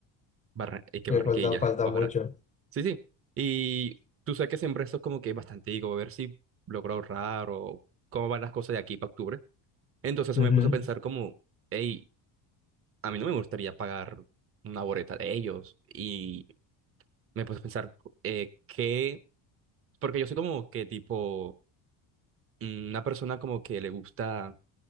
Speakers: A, on the right; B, on the left.
A: Barra- eh, que Barranquilla,
B: falta, falta
A: ojalá.
B: mucho.
A: Sí, sí. Y tú sabes que siempre esto es como que bastante, digo, a ver si logro ahorrar o cómo van las cosas de aquí para octubre. Entonces eso
B: Ujú.
A: me puso a pensar como, hey, a mí no me gustaría pagar una boleta de ellos. Y me puse a pensar, eh, ¿qué? Porque yo soy como que tipo mm, una persona como que le gusta